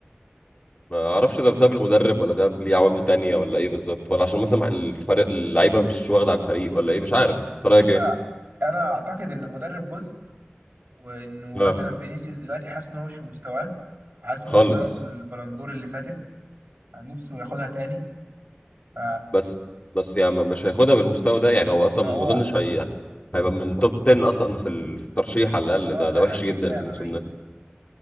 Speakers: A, on the left; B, on the right.
A: ما اعرفش
B: يعني
A: ده بسبب المدرب ولا ده ليه عوامل تانية ولا ايه بالظبط ولا عشان مثلا الفريق اللعيبه مش واخده على الفريق ولا ايه مش عارف انت
B: بص
A: رايك ايه
B: أنا أعتقد إن المدرب جزء وانه
A: اه
B: مثلا فينيسيوس دلوقتي حاسس ان هو مش في مستواه وحاسس
A: خالص
B: ان هو اتظلم في البلندور اللي فاتت يعني نفسه ياخدها تاني ف
A: بس بس يعني مش هياخدها بالمستوى ده يعني هو اصلا
B: ما
A: ما
B: هو
A: اظنش هي هيبقى من توب 10 اصلا في ال- في الترشيح على الاقل
B: اه
A: ده
B: لا
A: ده وحش
B: لا كده
A: جدا
B: كده
A: في
B: هيبقى
A: الموسم
B: بعيد
A: ده